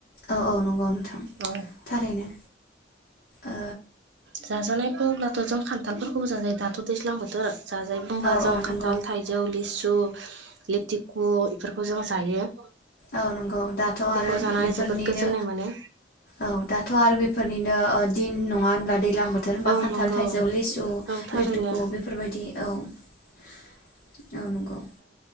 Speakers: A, on the left; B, on the right.
A: औ औ नंगौ नोंथां
B: औ
A: थारैनो ओ।
B: जाजानाय बुङोब्लाथ' जों खान्थालफोरखौबो जाजायो दाथ' दैज्लां बोथोर जाजायो बुंबा
A: औ
B: जों
A: औ नंगौ
B: खान्थाल थाइजौ लिसु सु लिथिखु इफोरखौ जों जायो।
A: औ नंगौ दाथ'
B: बेखौ
A: आरो
B: जानानै
A: बेफोरनिनो
B: जोबोद गोजोननाय मोनो
A: औ दाथ' आरो बेफोरनिनो ओ दिन नङा होनब्ला दैज्लां बोथोर होनबा
B: औ
A: खान्थाल
B: नंगौ
A: थाइजौ लिसु
B: औ थारैनो
A: लिथुखु बेफोरबायदि औ औ नंगौ।